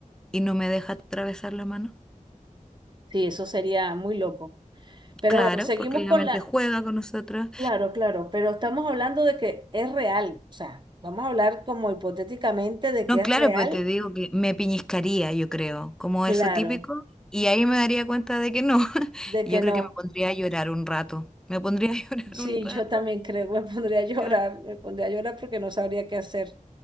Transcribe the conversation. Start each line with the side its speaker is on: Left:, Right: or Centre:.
Centre: y no me deja atravesar la mano?
Right: Sí, eso sería muy loco. Pero
Centre: Claro,
Right: bueno, seguimos
Centre: porque la
Right: con
Centre: mente
Right: la,
Centre: juega con nosotros.
Right: Claro, claro, pero estamos hablando de que es real, o sea, vamos a hablar como hipotéticamente de que
Centre: No,
Right: es
Centre: claro,
Right: real,
Centre: pero te digo que me piñiscaría, yo creo, como
Right: claro,
Centre: eso típico, y ahí me daría cuenta de que no. <laughs>
Right: de
Centre: Y
Right: que
Centre: Yo
Right: no.
Centre: creo que me pondría a llorar un rato. Me pondría a <laughs> llorar
Right: Sí,
Centre: un rato.
Right: yo también creo, me pondría a llorar,
Centre: Esteban.
Right: me pondría a llorar porque no sabría qué hacer.